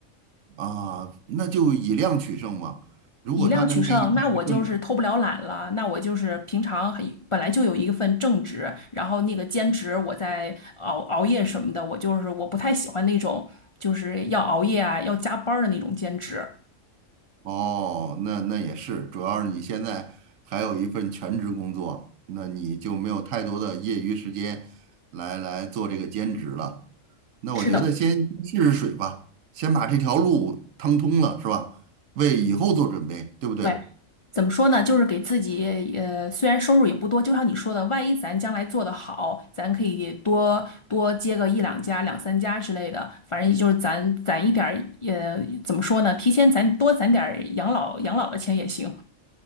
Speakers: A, on the right; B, on the left.
A: 啊，那就以量取胜嘛。如果他能给你带来更，
B: 以量取胜，那我就是偷不了懒了，那我就是平常很本来就有一份正职，然后那个兼职我在熬熬夜什么的，我就是我不太喜欢那种就是要熬夜啊要加班儿的那种兼职。
A: 哦，那那也是，主要是你现在还有一份全职工作，那你就没有太多的业余时间来来做这个兼职了。那我觉得先试试水吧，
B: 是的，
A: 先把这条路趟通了，是吧？为以后做准备，对不对？
B: 对。怎么说呢？就是给自己，呃，虽然收入也不多，就像你说的，万一咱将来做得好，咱可以多多接个一两家、两三家之类的。反正就是咱攒一点儿，呃，怎么说呢？提前攒多攒点儿养老养老的钱也行。